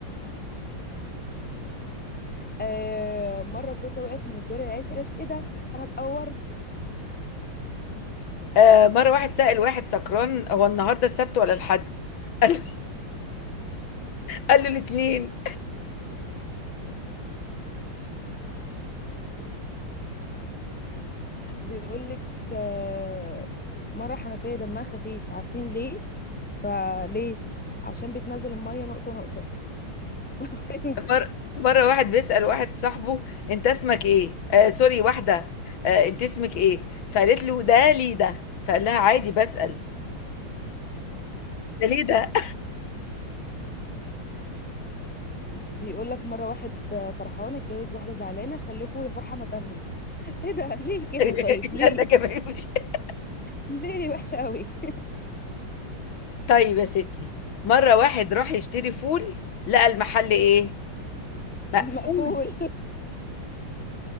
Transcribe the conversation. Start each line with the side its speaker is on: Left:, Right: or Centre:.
Centre: آه مره كوسه وقعت من الدور العاشر قالت ايه ده انا اتقورت
Left: آه مرة واحد سأل واحد سكران هو النهاردة السبت ولا الحد <laughs> قال له قال له الاتنين
Centre: بيقول لك آه مره حنفيه دمها خفيف عارفين ليه فليه عشان بتنزل الميه نقطه نقطه <laughs>
Left: <laughs> مرة مرة واحد بيسأل واحد صاحبه انت اسمك ايه آه سوري واحدة آه انت اسمك ايه فقالت له ده ليه ده فقال لها عادي بسأل ده ليه ده
Centre: بيقول لك مره واحد فرحان اتجوز واحده زعلانه خلفه يا فرحه ما تمت ايه ده ليه
Left: <laughs>
Centre: كده طيب ليه
Left: لا ده كمان مش <laughs>
Centre: ليه وحشه قوي
Left: طيب يا ستي مرة واحد راح يشتري فول لقى المحل ايه مقفول
Centre: <laughs> مقفول